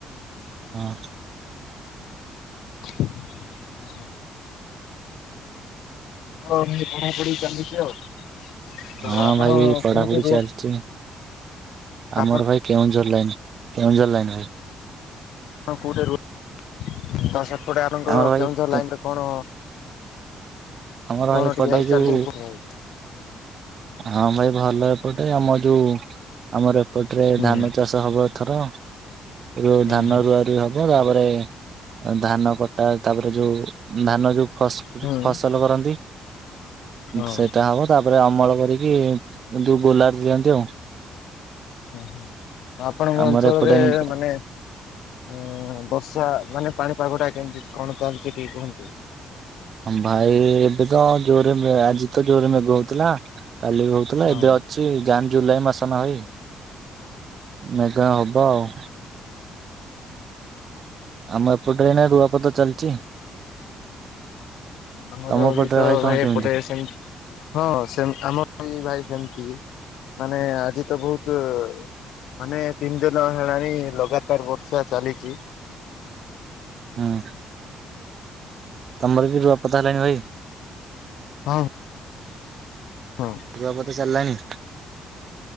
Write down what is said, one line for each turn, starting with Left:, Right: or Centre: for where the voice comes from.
Right: ହଁ।
Left: ହଁ। ହଉ ମୁ ପଢ଼ାପଢି ଚାଲୁଛ ଆଉ। ତ
Right: ହଁ
Left: ଆପଣ
Right: ଭାଇ ପଢାପଢି
Left: କୋଉଠି ରୁହ
Right: ଚାଲିଛି ଆମର
Left: ଆପଣ
Right: ଭାଇ କେଉଁଜୋର ଲାଇନ କେଉଁଜୋର ଲାଇନ ଭାଇ
Left: ଆପଣ କୋଉଠି ରୁହ ଦ ସପଟେ ଆପଣର
Right: ଆମର ଭାଇ
Left: କେଉଁଝ
Right: କେ
Left: ଲାଇନ ର କଣ
Right: ଆମର ଭାଇ
Left: କଣ
Right: ଏପଟେ
Left: ଟିକେ ଚାଲି
Right: ଯୋଉ
Left: ଚାଲ ଟିକେ କୁହନ୍ତୁ ଭାଇ
Right: ହଁ ଭାଇ ଭଲ ଏପଟେ ଆମ ଯୋଉ ଆମର ଏପଟରେ
Left: ହୁଁ
Right: ଧାନ ଚାଷ ହବ ଏଥର ର
Left: ହୁଁ
Right: ଧାନ
Left: ହୁଁ
Right: ରୁଆ ରୁଇ ହବ ତାପରେ ଧାନ କଟା ତାପରେ ଯୋଉ ଧାନ ଯୋଉ ଫାସ୍
Left: ହୁଁ
Right: ଫସଲ କରନ୍ତି
Left: ହଁ
Right: ସେଇଟା ହବ ତାପରେ ଅମଳ କର କି ଯୋଉ ଗୋଲାର ଦିଅନ୍ତି ଆଉ।
Left: ଉହୁଁ ଆପଣଙ୍କ
Right: ଆମର
Left: ଅଞ୍ଚଳରେ
Right: ଏପଟେ ଏମିତି
Left: ମାନେ ଉଁ ବର୍ଷା ମାନେ ପାଣିପାଗ ଟା କେମିତି କଣ ଚାଲିଛି ଟିକେ କୁହନ୍ତୁ?
Right: ଭାଇ ଏବେ ତ ଜୋରରେ ଆଜି ତ ଜୋରରେ ମେଘ ହଉଥିଲା କାଲି ବି ହଉଥିଲା
Left: ହଁ
Right: ଏବେ ଅଛି ଜାନ ଜୁଲାଇ ମାସ ନ ଭଇ ମେଘ ହବ ଆଉ। ଆମ ଏପଟ ଏଇନା ରୁଆପାତ ଚାଲିଛି।
Left: ଆମର
Right: ତମ ପଟରେ
Left: ବି ତ
Right: କଣ
Left: ଭାଇ
Right: କେମିତି?
Left: ଏପଟେ ସେମତି। ହଁ ସେମିତି ଆମର ବି ଭାଇ ସେମିତି ମାନେ ଆଜି ତ ବହୁତ। ମାନେ ତିନି ଦିନ ହେଲାଣି ଲଗାତାର ବର୍ଷା ଚାଲିଛି।
Right: ହଁ। ତମର କି ରୂଆପତା ହେଲାନି ଭାଇ।
Left: ହଉ। ହଁ।
Right: ରୁଆ ପୋତା ଚାଲିଲାଣି।